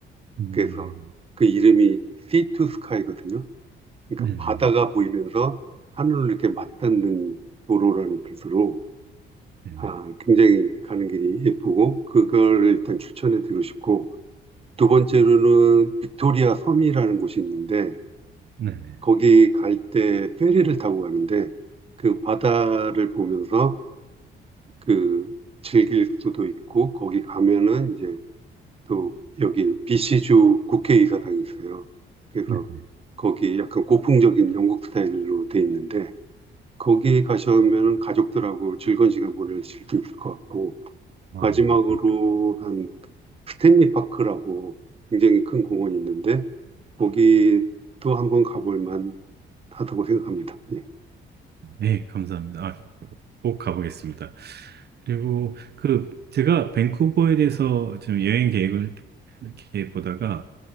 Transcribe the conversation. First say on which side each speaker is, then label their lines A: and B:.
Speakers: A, on the right; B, on the right.
A: 음,
B: 그래서 그 이름이 Sea to Sky거든요. 그러니까
A: 네네.
B: 바다가 보이면서 하늘로 이렇게 맞닿는 도로라는 뜻으로
A: 네네.
B: 아, 굉장히 가는 길이 예쁘고 그걸 일단 추천해 드리고 싶고 두 번째로는 빅토리아 섬이라는 곳이 있는데
A: 네네.
B: 거기 갈 때 페리를 타고 가는데 그 바다를 보면서 그 즐길 수도 있고 거기 가면은 이제 또 여기 BC주 국회의사당이 있어요. 그래서
A: 네네.
B: 거기 약간 고풍적인 영국 스타일로 돼 있는데 거기 가시면 가족들하고 즐거운 시간 보내실 수 있을 것 같고,
A: 아,
B: 마지막으로
A: 예.
B: 한 스탠리 파크라고 굉장히 큰 공원이 있는데, 거기도 한번 가볼 만 하다고 생각합니다. 예.
A: 예, 감사합니다. 아, 꼭 가보겠습니다. 그리고 그, 제가 밴쿠버에 대해서 좀 여행 계획을 이렇게 보다가,